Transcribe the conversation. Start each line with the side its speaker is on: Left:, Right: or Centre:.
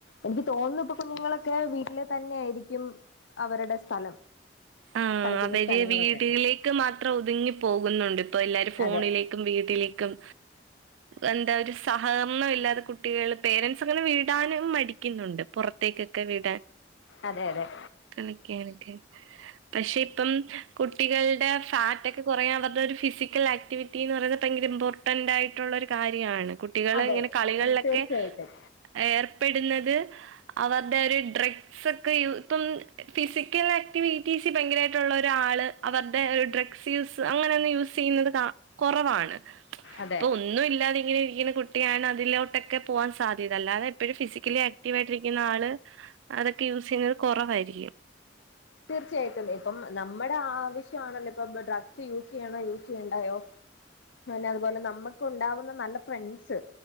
Left: എൻക്ക് തോന്നുന്നു. ഇപ്പൊ കുഞ്ഞുങ്ങളൊക്കെ വീട്ട്ല് തന്നെ ആയിരിക്കും അവര്ടെ സ്ഥലം
Right: ആഹ്
Left: കളിക്കുന്ന
Right: അവര്
Left: സ്ഥലങ്ങളൊക്കെ
Right: വീടില് ക്ക് മാത്രം ഒത്ങ്ങി പോകുന്നുണ്ട് ഇപ്പൊ എല്ലാരു ഫോണ്ല്
Left: അതെ
Right: ക്കും വീട്ടിലേക്കും എന്താ ഒരു സഹകരണം ഇല്ലാെ കു കുട്ടികള് പേരൻസൊക്കെ ങ്ങനെ വിടാനും മടിക്ക്ന്ന്ണ്ട് പൊറത്തേക്കൊക്കെ വിടാൻ
Left: അതെ അതെ
Right: കളിക്കാനക്കെ പക്ഷെ ഇപ്പം കുട്ടികൾടെ ഫാറ്റൊക്കെ കൊറയാൻ അവര്ടൊരു ഫിസിക്കൽ ആക്ടിവിറ്റിന്ന് പറയുന്നെ ഭയങ്കര ഇമ്പോർ ന്റായിട്ടുള്ളൊര് കാര്യാണ് കുട്ടികള്ങ്ങനെ
Left: അതെ
Right: കളികളിലൊക്കെ
Left: തീർച്ചയായിട്ടും
Right: ഏർപ്പെട്ന്നത് അവറ്ടൊര് ഡ്രഗ്സെക്കെ യൂ ഇപ്പം ഫിസിക്കലാ വി ടി സി ഭയങ്കരമായിട്ടുള്ള ഒരാള് അവരുടെ ഡ്രഗ്സ് യൂസ് അങ്ങനെ ഒന്നും യൂസ് ചെയ്യുന്നത് കാ! !!!!!!!!! കൊറവാണ്
Left: അതെ
Right: ഒന്നും ഇല്ലാതിങ്ങനിരിക്കുന്ന കുട്ടിയാണ് അതിലോട്ടൊക്കെ പോവാൻ സാധ്യത അ അല്ലാതെ ഫിസി ഒരിക്കല് ആക്റ്റീവ് ആയിട്ടിരിക്കുന്ന ആള് അതൊക്കെ യൂസിംഗ് കോറവായിരിക്കും
Left: തീർച്ചയായ്ട്ടും ഇപ്പം നമ്മടെ ആവശ്യ ആണല്ലോ ഇപ്പൊ ഡ്രഗ്സ് യൂസ് ചെയ്യണോ യൂസ് ചെയ്യേണ്ടായോ പിന്നതുപോലെ നമ്മുക്കുണ്ടാവുന്ന നല്ല ഫ്രണ്ട്സ്